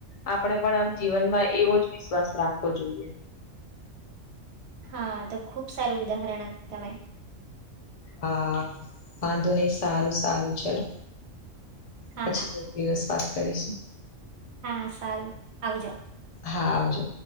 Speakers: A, on the left; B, on the right.
A: આપણે પણ આમ જીવનમાં એવોજ વિશ્વાસ રાખવો જોઈએ
B: હા તો ખુબ સારું ઉદાહરણ આપ્યું તમે
A: હા વાંધો નહી સારું સારું ચલો
B: હા
A: પછી
B: હા
A: મ દિવસ વાત કરીશું
B: હા સારુ આવજો
A: હા આવજો